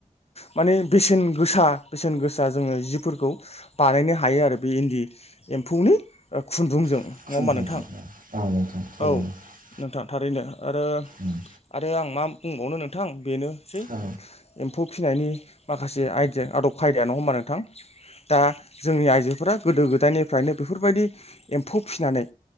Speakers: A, on the left; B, on the right.
A: माने बेसेन गोसा बेसेन गोसा जोङो जिफोरखौ बानायनो हायो आरो बे इन्दि एम्फौनि खुन्दुंजों।
B: <unintelligible>
A: नङा होमबा नोंथां औ नोंथां थारैनो आरो
B: उम
A: आरो आं मा बुंबावनो नोंथां बेनोसै
B: औ
A: एम्फौ फिसिनायनि माखासे आइदिया आदब खायदाया नङा होमबा नोंथां दा जोंनि आइजोफोरा गोदो गोदायनिफ्रायनो बेफोरबायदि एम्फौ फिसिनानै